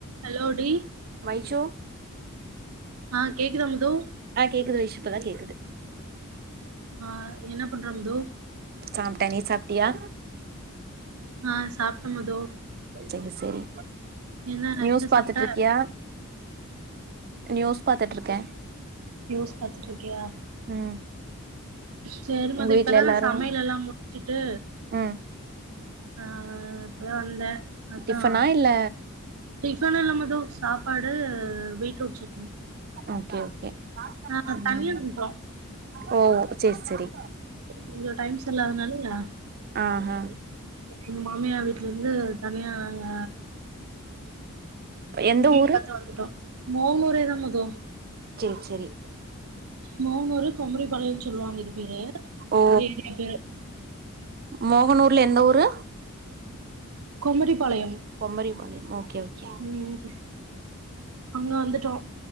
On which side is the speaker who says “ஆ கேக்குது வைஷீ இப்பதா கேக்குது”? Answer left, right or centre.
Right